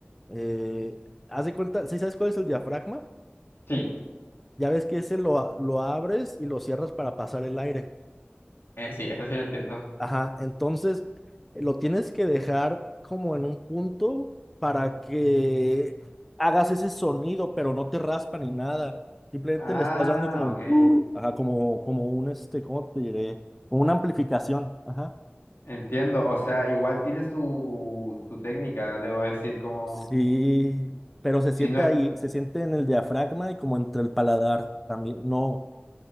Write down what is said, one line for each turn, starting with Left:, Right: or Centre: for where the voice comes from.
Centre: Eh, haz de cuenta, ¿sí sabes cuál es el diafragma?
Left: Sí,
Centre: Ya ves que ese lo, a- lo abres y lo cierras para pasar el aire.
Left: eh, sí, eso sí lo entiendo.
Centre: Ajá, entonces eh, lo tienes que dejar como en un punto para que hagas ese sonido, pero no te raspa ni nada. Simplemente
Left: Ah,
Centre: le estás dando como,
Left: ok.
Centre: un- ajá, como, como un, este, ¿cómo te diré? Como una amplificación. Ajá.
Left: Entiendo, o sea, igual tiene su, su técnica, debo decir, como
Centre: Sí, pero se siente
Left: si no, es-
Centre: ahí, se siente en el diafragma y como entre el paladar también. No,